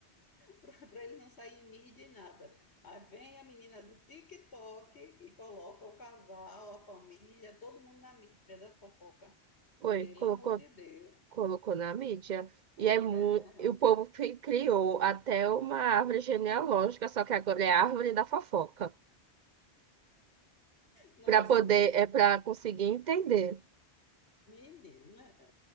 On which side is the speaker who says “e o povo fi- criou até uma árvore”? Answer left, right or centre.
Right